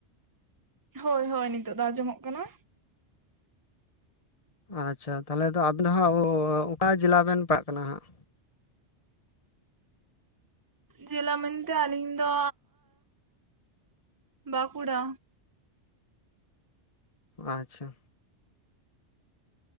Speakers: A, on the right; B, on the left.
A: ᱦᱳᱭ ᱦᱳᱭ ᱱᱤᱛᱚᱜ ᱫᱚ ᱟᱸᱡᱚᱢᱚᱜ ᱠᱟᱱᱟ᱾
B: ᱟᱪᱪᱷᱟ ᱛᱟᱦᱚᱞᱮ ᱟᱫᱚ ᱟᱵᱮᱱ ᱫᱚ ᱦᱟᱸᱜ ᱚᱠᱟ ᱡᱮᱞᱟ ᱵᱮᱱ ᱯᱟᱲᱟᱜ ᱠᱟᱱᱟ ᱦᱟᱸᱜ?
A: ᱡᱮᱞᱟ ᱢᱮᱱᱛᱮ ᱟᱹᱞᱤᱧ ᱫᱚ ᱵᱟᱸᱠᱩᱲᱟ᱾
B: ᱟᱪᱪᱷᱟ᱾